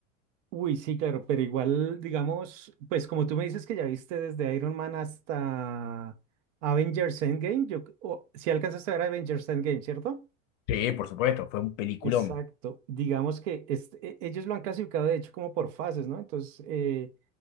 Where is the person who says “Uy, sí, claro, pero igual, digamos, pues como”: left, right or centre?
Right